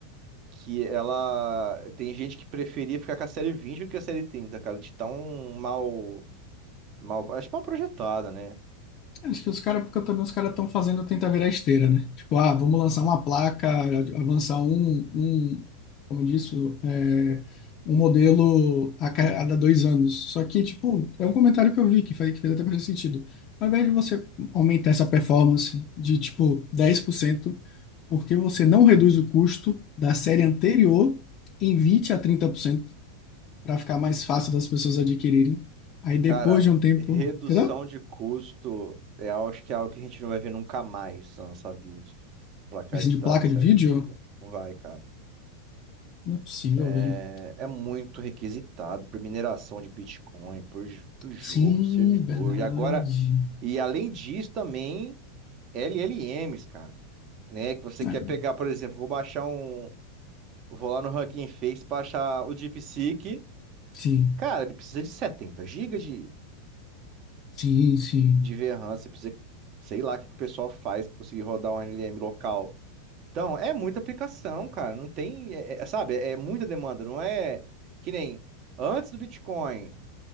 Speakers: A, on the right; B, on the left.
A: que ela. Tem gente que preferia ficar com a série 20 do que a série 30, cara, de tão mal, mal, acho que mal projetada, né?
B: É, Acho que os caras, porque também os caras estão fazendo tentar virar esteira, né? Tipo, ah, vamos lançar uma placa, avançar um, um, como disso, é, um modelo a cada dois anos. Só que, tipo, é um comentário que eu vi que fez, que fez até bastante sentido. Ao invés de você aumentar essa performance de, tipo, 10%, porque você não reduz o custo da série anterior em 20 a 30% para ficar mais fácil das pessoas adquirirem. Aí depois
A: Cara,
B: de um tempo,
A: redução
B: entendeu?
A: de custo é algo- acho que é algo que a gente não vai ver nunca mais na nossa vida. Pra cá
B: Assim, de
A: da
B: placa
A: série
B: de vídeo.
A: antiga. Não vai, cara.
B: Não é possível,
A: É,
B: velho.
A: é muito requisitado por mineração de Bitcoin, por, j- por jogo,
B: Sim,
A: servidor.
B: verdade.
A: E agora, e além disso, também LLMs, cara. Né? Que você quer
B: Ah,
A: pegar, por exemplo, vou baixar um. Vou lá no Hugging Face, baixar o DeepSeek.
B: sim,
A: Cara, ele precisa de 70 GB de,
B: sim, sim.
A: de VRAM, você precisa, sei lá, o que que o pessoal faz para conseguir rodar um LLM local. Então, é muita aplicação, cara. Não tem, é- é- sabe, é é muita demanda. Não é que nem antes do Bitcoin,